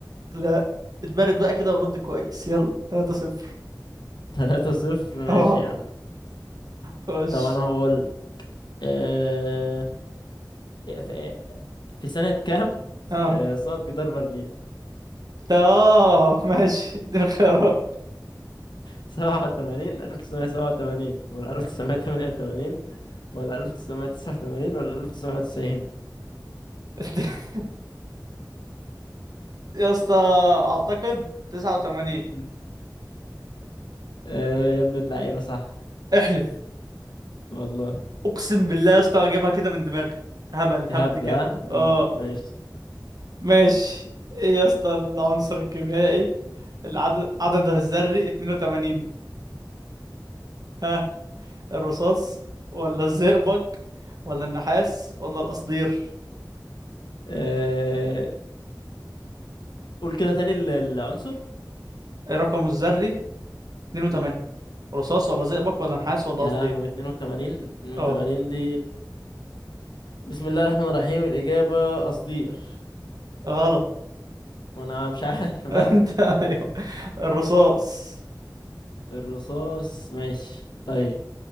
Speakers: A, on the right; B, on the left.
A: لا اتبارد بقى كده ورد كويس يلا تلاتة صفر
B: <laughs> تلاتة صفر ماشي
A: اه
B: يا عم
A: خش
B: طب انا هقول آه، في في سنة كام
A: اه
B: آه، سقط جدار برلين
A: ده اه ماشي اديني خيارات
B: سبعة وتمانين ألف تسعمية سبعة وتمانين ولا ألف تسعمية تمانية وتمانين ولا ألف تسعمية تسعة وتمانين ولا ألف تسعمية وتسعين
A: <laughs> يا اسطى أعتقد تسعة وتمانين
B: مم. آه يا ابن اللعيبة صح
A: احلف
B: والله
A: اقسم بالله يا اسطى اجيبها كده من دماغي هبل هبد
B: هبدأ
A: كده
B: ها؟ مم،
A: اه
B: ماشي
A: ماشي ايه يا اسطى العنصر الكيميائي العدد عددها الذري 82 ها الرصاص ولا الزئبق ولا النحاس ولا القصدير
B: آه قول كده تاني ال- العنصر
A: إيه رقمه الذري 82
B: مم.
A: رصاص ولا زئبق ولا نحاس ولا
B: يا
A: قصدير
B: لهوي 82 82
A: اه
B: دي بسم الله الرحمن الرحيم الإجابة قصدير
A: غلط
B: وأنا مش عارف <laughs> بقى
A: <laughs> انت ايوه الرصاص
B: الرصاص ماشي طيب